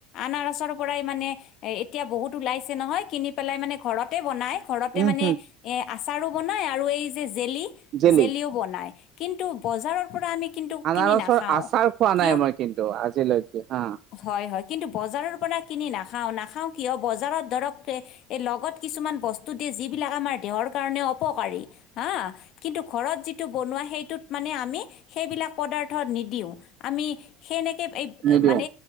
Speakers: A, on the left (about 45°); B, on the right (about 40°).
A: আনাৰসৰ পৰাই মানে এ এতিয়া বহুত ওলাইছে নহয় কিনি পেলাই মানে ঘৰতে বনাই। ঘৰতে
B: উম
A: মানে
B: হম
A: এ আচাৰো বনাই আৰু এই যে জেলি
B: জেলি
A: জেলিও বনাই কিন্তু বজাৰৰ পৰা আমি কিন্তু
B: আনাৰসৰ
A: নাখাওঁ।
B: আচাৰ খোৱা
A: কিয়
B: নাই মই কিন্তু আজিলৈকে হা।
A: হয়, হয় কিন্তু বজাৰৰ পৰা কিনি নাখাওঁ। নাখাওঁ কিয় বজাৰত ধৰক এই লগত কিছুমান বস্তু দিয়ে যিবিলাক আমাৰ দেহৰ কাৰণে অপকাৰী হা। কিন্তু ঘৰত যিটো বনোৱা সেইটোত মানে আমি সেইবিলাক পদাৰ্থ নিদিওঁ। আমি সেনেকে এই
B: নিদিওঁ।
A: মানে